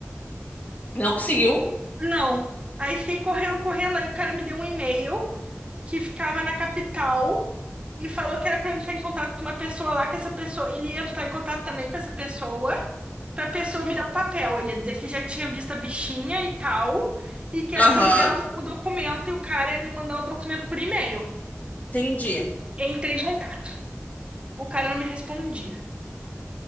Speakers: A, on the left; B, on the right.
A: Não conseguiu?
B: Não. Aí fiquei correndo, correndo. Aí o cara me deu um e-mail que ficava na capital e falou que era pra eu entrar em contato com uma pessoa lá, que essa pessoa, ele ia entrar em contato também com essa pessoa, pra pessoa me dar o papel. Ele ia dizer que já tinha visto a bichinha e tal, e que
A: Aham,
B: era pra liberar o, o documento e o cara ia me mandar o documento por e-mail.
A: entendi.
B: Entrei em contato. O cara não me respondia.